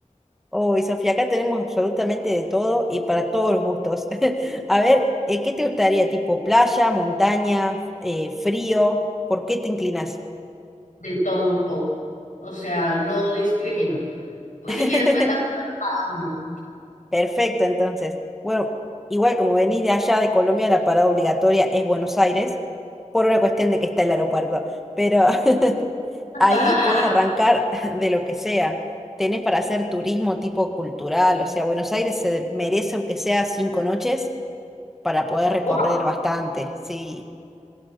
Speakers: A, in the centre; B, on the left.
A: Hoy, Sofía, acá tenemos absolutamente de todo y para todos los gustos. <laughs> A ver, eh, ¿qué te gustaría? ¿Tipo playa, montaña, eh, frío? ¿Por qué te inclinas?
B: de todo un poco. O sea, no discrimino. Pues,
A: <laughs>
B: Si quieres, cuéntame cada uno.
A: Perfecto, entonces. Bueno, igual como venís de allá de Colombia, la parada obligatoria es Buenos Aires, por una cuestión de que está el aeropuerto. Pero <laughs>
B: <laughs>
A: ahí puedes arrancar <laughs> de lo que sea. Tenés para hacer turismo tipo cultural, o sea, Buenos Aires se merece aunque sea cinco noches para poder recorrer
B: Wow,
A: bastante. Sí,